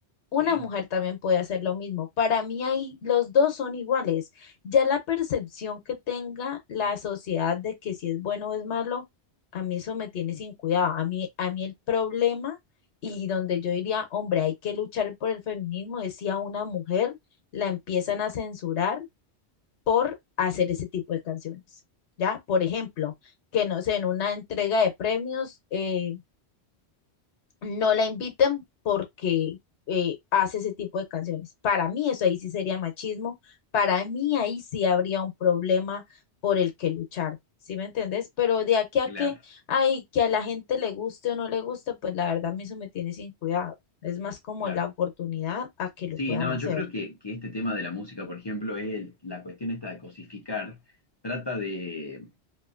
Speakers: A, on the left; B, on the left.
A: una
B: Sí,
A: mujer también puede hacer lo mismo. Para mí ahí los dos son iguales. Ya la percepción que tenga la sociedad de que si es bueno o es malo, a mí eso me tiene sin cuidado. A mí, a mí el problema y donde yo diría, hombre, hay que luchar por el feminismo, decía una mujer, la empiezan a censurar por hacer ese tipo de canciones. ¿Ya? Por ejemplo, que no sé, en una entrega de premios, eh, no la inviten porque eh, hace ese tipo de canciones. Para mí eso ahí sí sería machismo, para mí ahí sí habría un problema por el que luchar, ¿sí me entendés? Pero de aquí
B: claro,
A: a que, ay, que a la gente le guste o no le guste, pues la verdad a mí eso me tiene sin cuidado. Es más como
B: claro.
A: la oportunidad a que lo
B: Sí,
A: puedan
B: no,
A: hacer.
B: yo creo que, que este tema de la música, por ejemplo, es el- la cuestión esta de cosificar, trata de,